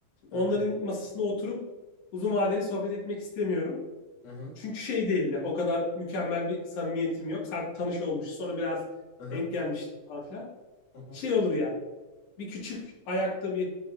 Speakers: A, on the left; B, on the left.
A: Onların
B: hı hı
A: masasına oturup uzun vadeli sohbet etmek istemiyorum.
B: hı
A: Çünkü şey değilim ya o kadar mükemmel bir samimiyetim yok. Sadece tanış olmuş sonra biraz
B: hı hı
A: denk gelmiş falan filan.
B: hı hı
A: Şey olur yani bir küçük ayakta bir